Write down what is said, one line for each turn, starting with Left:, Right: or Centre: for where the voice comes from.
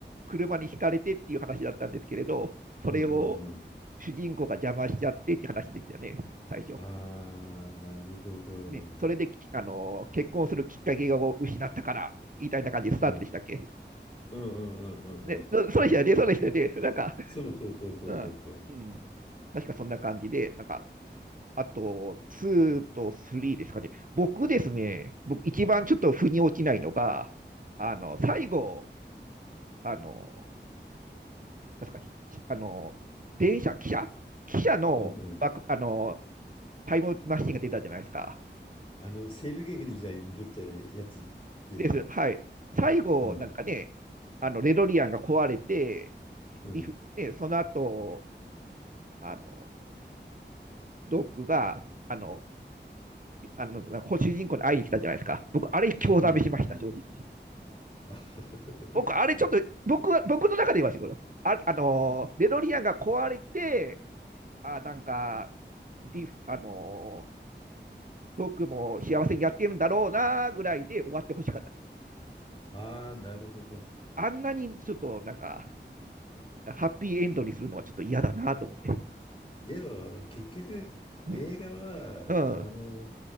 Right: 車にひかれてっていう話だったんですけれど、それを
Left: うん、うん。うん
Right: 主人公が邪魔しちゃってっていう話でしたよね、最初。
Left: ああ、なるほど。
Right: ね、それでき、あの、結婚するきっかけを失ったから、みたいな感じでスタートでしたっけ。
Left: うん。うんうんうんうんうん。
Right: ね、そそうでしたよね、そうでしたよね。なんか、
Left: そうそうそうそうそうそう。
Right: うん。うん。確かそんな感じで、なんか、あと、2と3ですかね。僕ですね、僕一番ちょっと腑に落ちないのが、あの、最後、あの、なんですか、ひあの、電車、汽車汽車のバック、
Left: うんうん。
Right: あの、タイムマシンが出たじゃないですか。
Left: あの、西部劇の時代に戻ってるやつでしょ
Right: です。はい。最後、
Left: うん。
Right: なんかね、あの、レドリアンが壊れて、ビフ、
Left: うん。
Right: ね、その後、あの、ドッグが、あの、あの、主人公に会いに来たじゃないですか。僕、あれ、興ざめしました、
Left: うんうんうん。
Right: 正直。
Left: あ <laughs>
Right: 僕、あれ、ちょっと、僕は、僕の中で言いますよあ、あのー、デロリアンが壊れて、あ、なんか、ディフ、あのー、僕も幸せにやってるんだろうな、ぐらいで終わってほしかったです。
Left: あー、なるほど。
Right: あんなに、ちょっと、なんか、ハッピーエンドにするのはちょっと嫌だなと思って。
Left: では、結局、
Right: うん。
Left: 映画は、
Right: うん。
Left: あの、